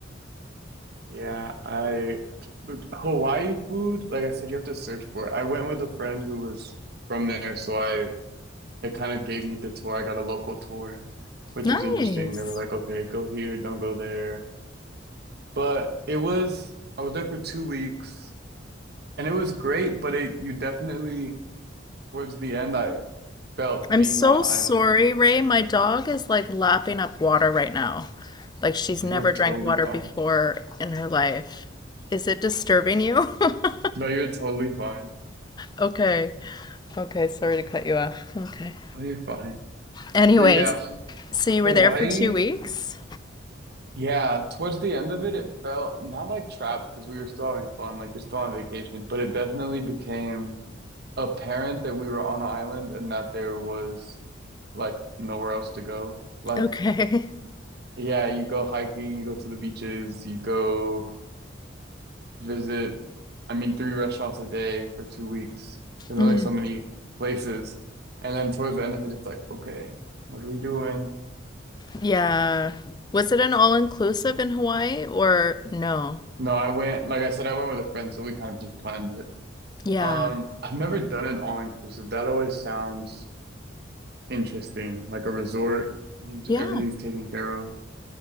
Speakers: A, on the right; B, on the left.
A: yeah. I but Hawaii food, like I said, you have to search for it. I went with a friend who was from there, so I it kind of gave me the tour. I got a local tour, which
B: Nice.
A: was interesting. They were like, okay, go here, don't go there. But it was, I was there for two weeks and it was great, but it, you definitely, towards the end, I felt
B: I'm
A: being
B: so
A: on an island.
B: sorry, Ray. My dog is like lapping up water right now. Like she's never
A: Oh, you're totally
B: drank water
A: fine.
B: before in her life. Is it disturbing you? <laughs>
A: No, you're totally fine.
B: Okay. Okay. Sorry to cut you off. Okay.
A: Oh, you're fine.
B: Anyways,
A: But yeah,
B: so you were
A: Hawaii,
B: there for two weeks?
A: yeah, towards the end of it, it felt not like trapped because we were still having fun, like you're still on vacation, but it definitely became apparent that we were on an island and that there was like nowhere else to go. Like,
B: Okay. <laughs>
A: yeah, you go hiking, you go to the beaches, you go visit, I mean, three restaurants a day for two weeks. There's
B: Mm.
A: only so many places. And then towards the end of it, it's like, okay, what are we doing?
B: Yeah. Was it an all-inclusive in Hawaii or no?
A: No, I went, like I said, I went with a friend, so we kind of just planned it.
B: Yeah.
A: Um, I've never done an all-inclusive. That always sounds interesting, like a resort, and
B: Yeah.
A: everything's taken care of.